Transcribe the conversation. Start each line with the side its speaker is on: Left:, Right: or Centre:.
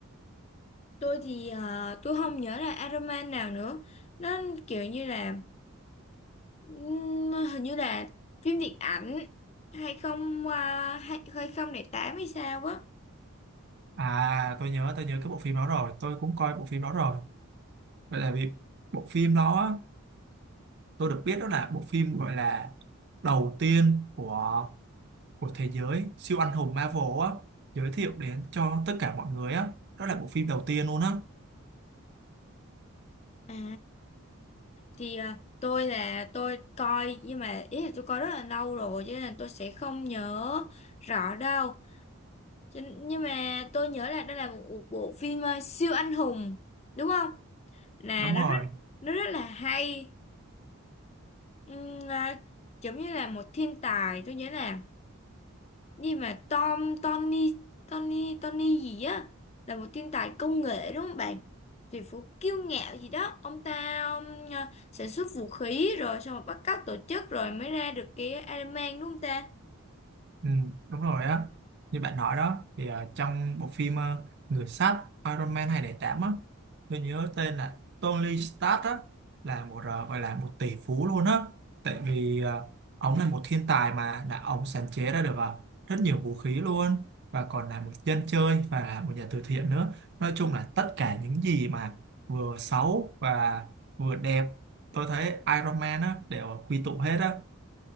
Left: Tôi thì ờ, tôi không nhớ là Aroman nào nữa. Nó kiểu như là ừm, hình như là phim điện ảnh 20 2008 hay sao á.
Right: À, tôi nhớ, tôi nhớ cái bộ phim đó rồi. Tôi cũng coi bộ phim đó rồi. Vậy là vì bộ phim đó á, tôi được biết đó là bộ phim gọi là đầu tiên của của thế giới siêu anh hùng Marvel á giới thiệu đến cho tất cả mọi người á. Đó là bộ phim đầu tiên luôn á.
Left: À thì à, tôi là tôi coi nhưng mà ý là tôi coi rất là lâu rồi cho nên là tôi sẽ không nhớ rõ đâu Cho- Nhưng mà tôi nhớ là đây là một bộ phim ờ, siêu anh hùng đúng không? Là
Right: đúng
Left: nó
Right: rồi
Left: rất nó rất là hay. Ừm, à, giống như là một thiên tài, tôi nhớ là như mà Tom Tony Tony Tony gì á là một thiên tài công nghệ đúng không bạn? Thì phú kiêu ngạo gì đó, ông ta ông, ờ, sản xuất vũ khí rồi xong rồi bắt cóc tổ chức rồi mới ra được cái Iron Man đúng không ta?
Right: ừ, đúng rồi á như bạn nói đó thì ờ, trong bộ phim ờ, Người sắt Iron Man 208 á tôi nhớ tên là Tony Stark á là một ờ, gọi là một tỷ phú luôn á tại vì ờ, ông là một thiên tài mà đã ông sáng chế ra được ờ, rất nhiều vũ khí luôn và còn là một dân chơi và là một nhà từ thiện nữa nói chung là tất cả những gì mà vừa xấu và vừa đẹp tôi thấy Iron Man á đều quy tụ hết á